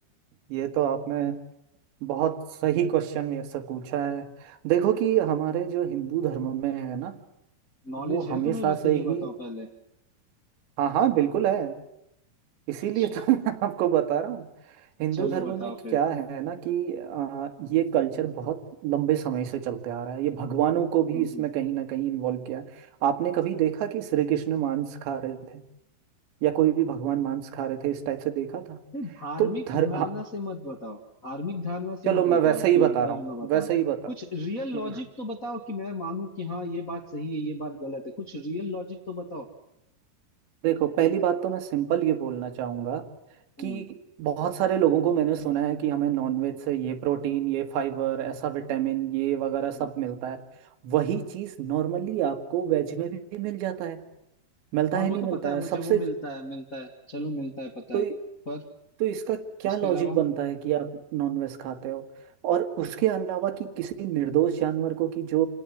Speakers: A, on the right; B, on the left.
A: ये तो आपने बहुत सही क्वेश्चन मेरे से पूछा है देखो कि हमारे जो हिंदू धर्म में है ना
B: नॉलेज
A: वो
B: है
A: हमेशा
B: तुम्हें वैसे
A: से
B: ये
A: ही
B: बताओ पहले
A: हाँ हाँ बिल्कुल है इसीलिए
B: अच्छा
A: तो <laughs> मैं आपको बता रहा हूँ हिंदू
B: चलो
A: धर्म
B: बताओ
A: में क्या
B: फिर
A: है ना कि आ, ये कल्चर बहुत लंबे समय से चलते आ रहा है ये भगवानों को भी
B: हम्म
A: इसमें
B: हम्म
A: कहीं ना कहीं इन्वॉल्व किया है आपने कभी देखा कि श्री कृष्ण मांस खा रहे थे या कोई भी भगवान मांस खा रहे थे इस टाइप से देखा था
B: नहीं धार्मिक
A: तो धर
B: धारणा
A: हाँ
B: से मत बताओ धार्मिक धारणा से
A: चलो
B: मत
A: मैं
B: बताओ
A: वैसे ही
B: कि
A: बता
B: धर्म
A: रहा हूँ
B: बता
A: वैसे ही बता
B: कुछ रियल लॉजिक
A: हम्म।
B: तो बताओ कि मैं मानूं कि हाँ ये बात सही है ये बात गलत है कुछ रियल लॉजिक तो बताओ
A: देखो पहली बात तो मैं सिंपल ये बोलना चाहूँगा
B: हम्म
A: कि बहुत सारे लोगों को मैंने सुना है कि हमें नॉनवेज से ये प्रोटीन ये फाइबर ऐसा विटामिन ये वगैरह
B: हम्म
A: सब मिलता है वही चीज़ नॉर्मली आपको वेज में भी मिल जाता है मिलता
B: हाँ
A: है
B: वो
A: नहीं
B: तो
A: मिलता
B: पता है
A: है
B: मुझे
A: सबसे
B: वो मिलता है मिलता है चलो मिलता है पता
A: तो
B: है पर
A: तो इसका क्या
B: उसके
A: लॉजिक
B: अलावा
A: बनता है कि आप नॉनवेज खाते हो और उसके अलावा कि किसी निर्दोष जानवर को कि जो